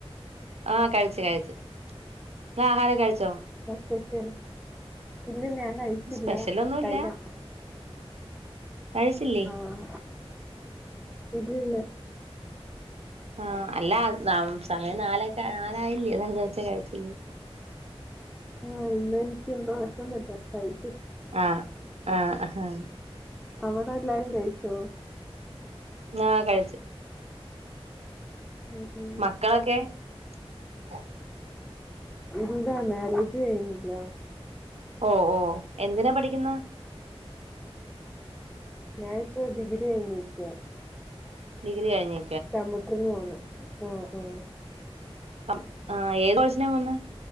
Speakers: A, on the right (about 80°); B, in the centre.
A: ആഹ കഴിച്ച് കഴിച്ചു ളാഹാരോക ഴിച്ചോ
B: സ്പഷ്യൽ ഇല്ലന്നെ കഴിച്ചില്ല
A: സ്പെഷ്യലൊന്നുല്ല
B: കഴിക്കണം
A: കഴിച്ചില്ലേ
B: ആഹ് ഇല്ലില്ല
A: ആഹ് അല്ലാ നമ് സമയം നാലെക്കാ നാലായില്ല്യോ അതാ ചോച്ച് കഴിച്ചില്ലേന്ന്
B: ആഹ് ഇന്ന് എനിക്ക് എന്തോ വേശന്നില്ല കഴി
A: ആ ആ അഹ്
B: അവിടെ എല്ലാരും കഴിച്ചോ
A: ങ്ങ കഴിച്ച്
B: ഉം ഉം
A: മക്കളൊക്കെ <unintelligible>
B: ഇല്ല മാരേജ് കയിഞ്ഞില്ല
A: ഓ ഓ എന്തിനാ പഠിക്കുന്ന
B: ഞാനിപ്പോ ഡിഗ്രി കഴിഞ്ഞിക്കുവ
A: ഡിഗ്രീ കഴിഞ്ഞ്
B: കമ്പ്യൂട്ടറിന് പോന്ന് ആഹ് ആ
A: അം ഏത് കോഴ്സ് ന്ത്ന്നാ വന്ന